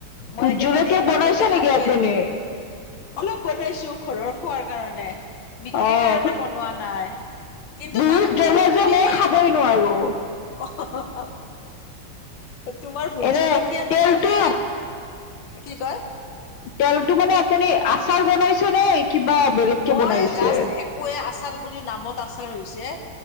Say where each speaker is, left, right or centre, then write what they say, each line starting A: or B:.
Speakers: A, on the left (about 85°); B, on the left (about 70°).
A: ভোট
B: মই কেইটা
A: জলকীয়া
B: দিন
A: বনাইছে
B: মাজতে
A: নেকি
B: খালোৱেই।
A: আপুনি
B: অলপ বনাইছো, ঘৰৰ খোৱাৰ কাৰণে, বিক্ৰীৰ
A: অ',
B: কাৰণে বনোৱা নাই। কিন্তু
A: বহুত
B: তাৰে
A: জ্বলা
B: তেলতটো
A: যে
B: দিলেই
A: মই খাবই
B: হয়।
A: নোৱাৰো।
B: <unintelligible> তোমাৰ ভোত
A: এনে
B: জলকীয়া
A: তেলটো
B: তোমাৰ সেইয়া কি কয়।
A: তেলতটো মানে আপুনি আচাৰ বনাইছে। নে কিবা বেলেগকে
B: মই
A: বনাইছে?
B: জাষ্ট একোৱোৱে আচাৰ বুলি নামত আচাৰ হৈছে।